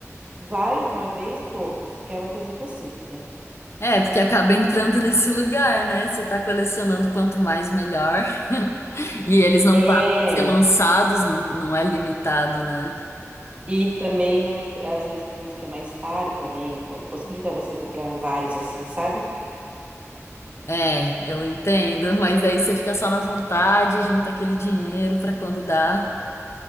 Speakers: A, on the right; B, on the left.
A: vários de uma vez e todos, que é uma coisa impossível, né?
B: É, porque acaba entrando nesse lugar, né? Você tá colecionando quanto mais melhor. <laughs> E eles não
A: É.
B: param de ser lançados, não, não é limitado, né?
A: E também não, às vezes tem uns que é mais caro também, então possibilita você comprar vários assim, sabe?
B: É, eu entendo, mas aí você fica só na vontade, junta aquele dinheiro pra quando dá.